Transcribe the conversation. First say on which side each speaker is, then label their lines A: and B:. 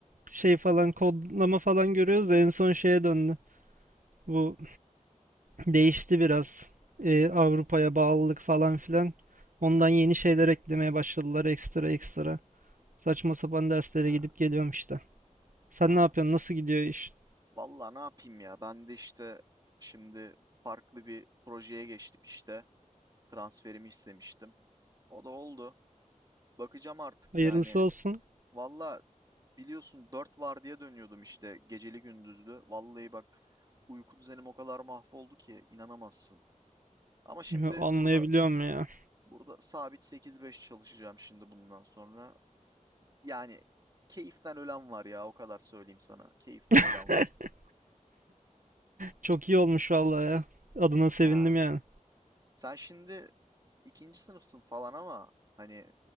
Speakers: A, on the right; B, on the right.
A: şey falan kodlama falan görüyoruz da en son şeye döndü. Bu değişti biraz. Ee, Avrupa'ya bağlılık falan filan. Ondan yeni şeyler eklemeye başladılar ekstra ekstra. Saçma sapan derslere
B: Ha,
A: gidip geliyorum işte. Sen
B: ha.
A: ne yapıyorsun? Nasıl gidiyor iş?
B: Vallahi ne yapayım ya? Ben de işte şimdi farklı bir projeye geçtim işte. Transferimi istemiştim. O da oldu. Bakacağım artık
A: Hayırlısı
B: yani.
A: olsun.
B: Vallahi biliyorsun dört vardiya dönüyordum işte geceli gündüzlü. Vallahi bak uyku düzenim o kadar mahvoldu ki inanamazsın. Ama şimdi
A: Yo, Anlayabiliyorum
B: burada
A: ya.
B: burada sabit sekiz beş çalışacağım şimdi bundan sonra. Yani keyiften ölen var ya o kadar söyleyeyim sana. Keyiften
A: <laughs>
B: ölen var.
A: Çok iyi olmuş vallahi ya. Adına sevindim
B: Ha.
A: yani.
B: Sen şimdi ikinci sınıfsın falan ama hani e,